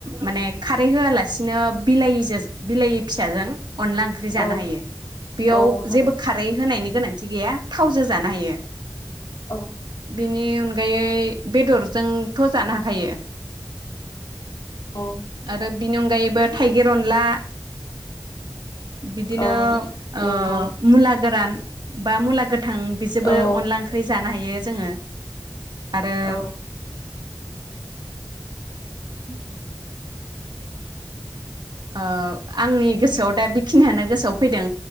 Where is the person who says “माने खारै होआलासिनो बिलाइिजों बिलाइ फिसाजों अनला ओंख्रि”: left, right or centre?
Right